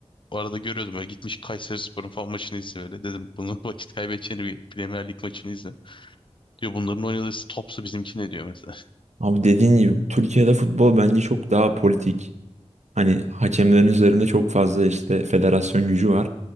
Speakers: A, on the left; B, on the right.
A: o arada görüyordum öyle gitmiş Kayserispor'un falan maçını izle öyle. Dedim bunu <laughs> vakit kaybedeceğini bir Premier Lig maçını izle. Diyor bunların oynadığı topsu bizimki ne diyor mesela. <laughs>
B: Abi dediğin gibi Türkiye'de futbol bence çok daha politik. Hani hakemlerin üzerinde çok fazla işte federasyon gücü var